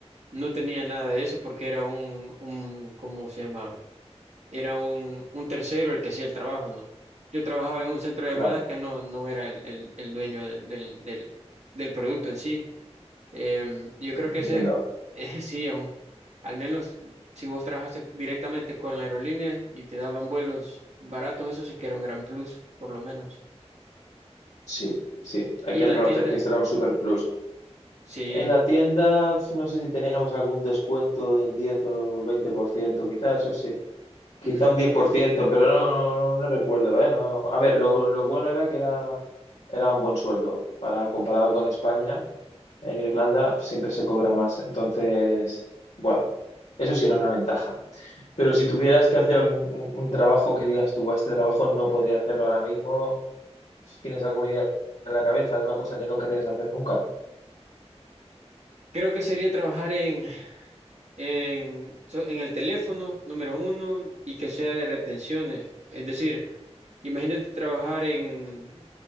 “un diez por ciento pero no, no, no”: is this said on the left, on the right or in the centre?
Left